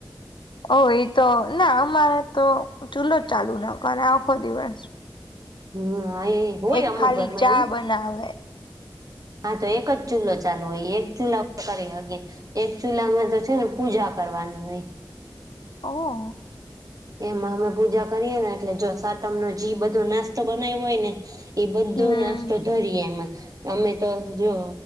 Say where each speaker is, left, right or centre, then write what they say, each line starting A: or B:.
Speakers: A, on the left; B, on the right.
A: ઓ એ તો ના અમારે તો ચૂલો જ ચાલુ ના કરે આખો દિવસ.
B: હમ્મ, એ હોય
A: એક
B: અમુક
A: ખાલી
B: ઘરમાં
A: ચા
B: એવું?
A: બનાવે
B: હા તો એક જ ચૂલ્લો ચાલુ હોય એક ચૂલા ઉપ કરી એક ચૂલામાં તો છે ને પૂજા કરવાની હોઈ.
A: ઓ.
B: એમાં અમે પૂજા કરીએ ને એટલે જો સાતમ નો જી બધો નાસ્તો બનાવ્યો હોય ને એ બધો
A: હમ
B: નાસ્તો ધરીએ એમાં અમે તો જો